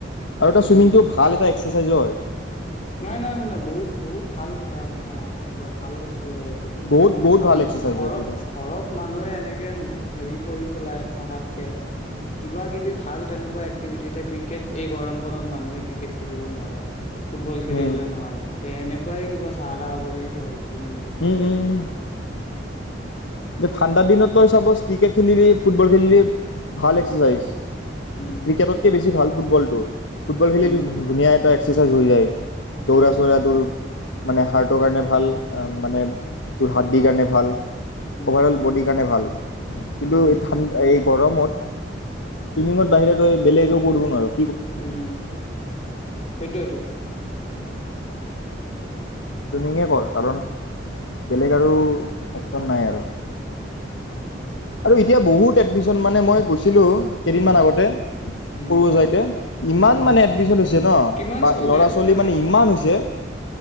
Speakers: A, on the left; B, on the left.
A: আৰু এটা
B: উম,
A: চুইমিংটো ভাল এটা এক্সাৰচাইজও হয়।
B: নাই নাই নাই নাই মানে বহুত বহুত ঠাল ভয়া সেয়া কি কয় ভাল বস্ত টো হয়টো,
A: বহুত বহুত
B: কাৰণ
A: ভাল এক্সাৰচাইজ
B: ঘৰত
A: হয় এইটো
B: ঘৰত মানুহে এনেকে হেৰি কৰি পেলাই থকাতকে, কিবা কিবি ভাল তেনেকুৱা এক্টিভিটি এ কেট এই গৰম খনত মানুহে ক্ৰিকেট খেলিব নোৱাৰে। ফুটবল খেলিবলৈ
A: উম
B: নোৱাৰে তে এনেকুৱাই কিবা চাহ টাহ হ'ব লাগিব আৰু। চুইমিং তুইমিঙে।
A: উম, উম, উম। ঠাণ্ডা দিনত তই চাপজ ক্ৰিকেট খেলিলি ফুটবল খেলিলি ভাল এক্সাৰচাইজ।
B: উম,
A: ক্ৰিকেটতকে বেছি ভাল। ফুটবলটো ফুটবল খেলি
B: উম,
A: ধুনীয়া এটা চিজন হৈ যায়। দৌৰা,
B: উম,
A: চৌৰা দৌৰ মানে হাৰ্টৰ কাৰণে ভাল। মানে তোৰ হাদ্দিৰ কাৰণে ভাল।
B: উম,
A: ওভাৰল বডী কাৰণে ভাল। কিন্তু
B: উম,
A: এই ঠান এই গৰমত, ছুইমিঙত বাহিৰে তই বেলেগ একো কৰিব নোৱাৰোঁ।
B: উম, সেইটোয়েতো।
A: ছুইমিঙে কৰ, কাৰণ বেলেগ আৰু অপচন নাই আৰু।
B: উম।
A: আৰু এতিয়া বহুত এডমিশন, মানে মই গৈছিলোঁ কেইদিনমান আগতে
B: উম,
A: সৰু যাইতে ইমান
B: উম,
A: মানে এডমিশন হৈছে ন'
B: কিমান
A: বা
B: ষ্টুডেন্ট
A: ল'ৰা ছোৱালী
B: তাতে
A: মানে ইমান হৈছে।